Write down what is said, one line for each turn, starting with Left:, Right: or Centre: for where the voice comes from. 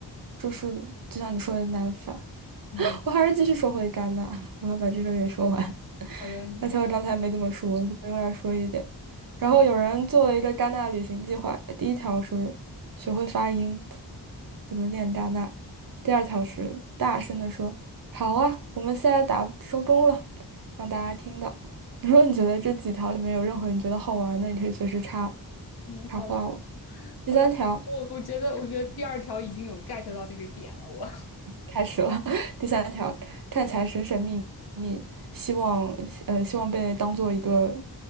Right: 就是就像你说的南法，
Left: 嗯，
Right: 我还是继续说回戛纳，我要把这个也说完。
Left: 好的，
Right: 而且我刚才没怎么说，所以我来说一点。
Left: 行，
Right: 然后有人做了一个戛纳旅行计划，第一条是学会发音，怎么念戛纳；第二条是大声的说“好啊，我们现在打收工了”，让大家听到。<laughs> 如果你觉得这几条里面有任何你觉得好玩的，你可以随时插
Left: 嗯，
Right: 插话我。
Left: 好的
Right: 第三条。
Left: 好的。我我觉得我觉得第二条已经有 get 到那个点了，我
Right: 开始了。<laughs> 第三条，看起来神神秘秘，希望呃希望被当做一个